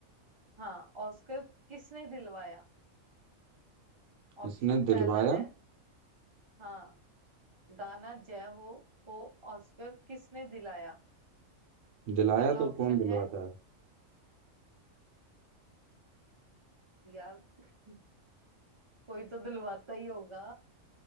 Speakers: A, on the right (about 35°); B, on the right (about 70°).
A: हाँ ऑस्कर किसने दिलवाया ऑप्शन
B: इसने दिलवाया
A: पहला है हाँ गाना जय हो को ऑस्कर किसने दिलाया
B: दिलाया
A: पहला
B: तो
A: ऑप्शन
B: कौन दिलवाता
A: है
B: है
A: यार <laughs> कोई तो दिलवाता ही होगा